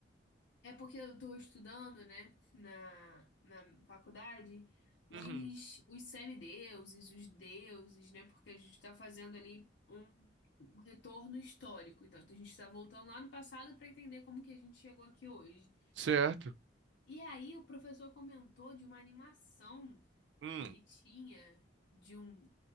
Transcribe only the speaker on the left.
É porque eu tô estudando, né? Na, na faculdade, os,
os semideuses, os deuses, né? Porque a gente tá fazendo ali um, um retorno histórico. Então, a gente tá voltando lá no passado pra entender como que a gente chegou aqui hoje.
E aí, o professor comentou de uma animação.
que tinha de um.